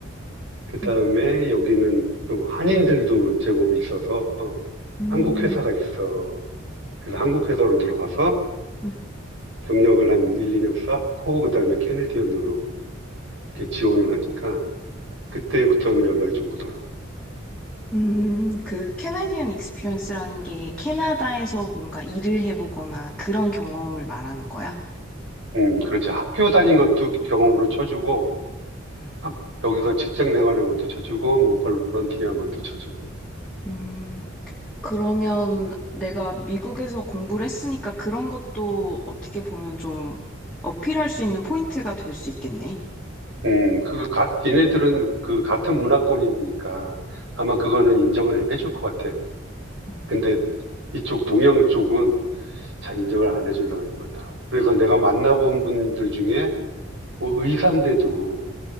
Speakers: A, on the right (about 65°); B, in the centre.
A: 그 다음에
B: 음,
A: 여기는 또 한인들도 제법 있어서
B: 음,
A: 한국 회사가 있어. 그래서 한국 회사로 들어가서
B: 음.
A: 경력을 한 1, 2년 쌓고 그다음에 캐네디언으로 이렇게 지원을 하니까 그때부터는 연락이 좀 오더라고.
B: 음, 그 캐나디언 익스피리언스라는 게 캐나다에서 뭔가 일을 해보거나 그런 경험을 말하는 거야?
A: 음, 그렇지. 학교 다닌 것도 경험으로 쳐주고
B: 음,
A: 학- 여기서 직장 생활한 것도 쳐주고 뭐 볼런티어한 것도 쳐주고.
B: 음, 그러면 내가 미국에서 공부를 했으니까 그런 것도 어떻게 보면 좀 어필할 수 있는 포인트가 될 수 있겠네.
A: 음, 그 가, 얘네들은 그 같은 문화권이니까 아마 그거는 인정을 해줄 것 같아.
B: 음,
A: 근데 이쪽 동양 쪽은 잘 인정을 안 해주려고 그러는 것 같더라고. 그래서 내가 만나본 분들 중에 뭐 의사인데도